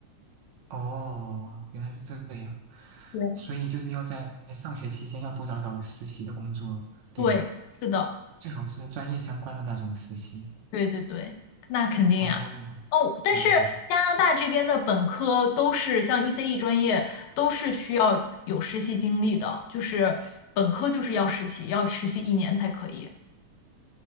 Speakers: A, on the right; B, on the left.
A: 哦，原来是这样，
B: 对。
A: 所以就是要在上学期间要多找找实习的工作，对吗？
B: 对，是的，
A: 最好是专业相关的那种实习。
B: 对对对，那肯定呀。
A: 哦，
B: 哦，但是加拿大这边的本科都是像
A: 了解
B: ECE 专业，都是需要有实习经历的，就是本科就是要实习，要实习一年才可以。